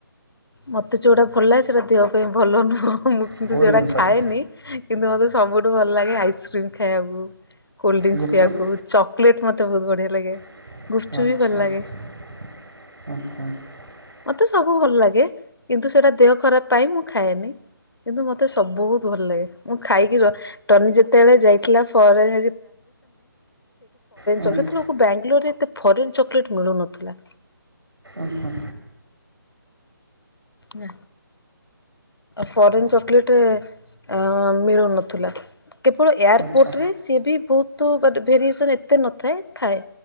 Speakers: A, on the left; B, on the right.
A: ମତେ ଯୋଉଟା ଭଲ ଲାଗେ ସେଇଟା ଦେହ ପାଇଁ ଭଲ ନୁହଁ ମୁଁ କିନ୍ତୁ
B: କେଉଁ
A: ସେଟା
B: ଜିନିଷଟା
A: ଖାଏନି କିନ୍ତୁ ମୋତେ ସବୁଠୁ ଭଲ ଲାଗେ ଆଇସ୍କ୍ରିମ୍ ଖାଇବାକୁ। କୋଲ୍ଡ ଡ୍ରିଙ୍କସ
B: ଗୁପଚୁପ୍
A: ପିଆକୁ ଚକୋଲେଟ୍ ମତେ ତ ବହୁ ବଢିଆ ଲାଗେ।
B: ଆଚ୍ଛା
A: ଗୁପଚୁପ୍ ବି ଭଲ ଲାଗେ
B: ଉ ହୁଁ।
A: ମତେ ସବୁ ଭଲ ଲାଗେ କିନ୍ତୁ ସେଟା ଦେହ ଖରାପ ପାଇ ମୁଁ ଖାଏନି କିନ୍ତୁ ମତେ ସବ ବହୁତ ଭଲ ଲାଗେ ମୁଁ ଖାଇକି ଟନି ଯେତେବେଳେ ଯାଇଥିଲାରୋ। ସେଇଠୁ ଫରେନ୍
B: ହୁଁ
A: ଚ ସେ ତ ଲୋକ ବାଙ୍ଗଲୋରରେ ତ ଫରେନ୍ ଚଲେଟ ମିଳୁନଥିଲା।
B: ଆଚ୍ଛା
A: ନା। ଫରେନ୍ ଚକୋଲେଟ୍ ଏ ମିଳୁନଥିଲା। କେବଳ ଏୟାରପୋର୍ଟରେ
B: ଆଚ୍ଛା
A: ସିଏ ବି ବହୁତ ତ ଭେରିଏସନ ଏତେ ନଥାଏ ଥାଏ।